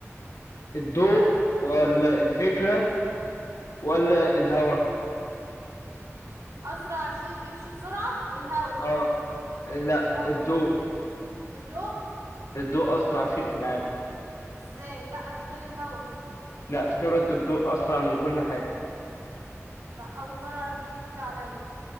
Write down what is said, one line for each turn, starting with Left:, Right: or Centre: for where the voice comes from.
Left: الضوء ولا الفكرة ولا الهواء
Right: أسرع شيء بيمشي بسرعة الهوا
Left: اه لا
Right: الهوا
Left: الضوء
Right: ال- الضوء
Left: الضوء اسرع شيء في العالم
Right: ازاي لا انا بتهيألي الهوا
Left: لا سرعة الضوء اسرع من كل حاجة
Right: لا اول مرة اعرف دي جديدة عليا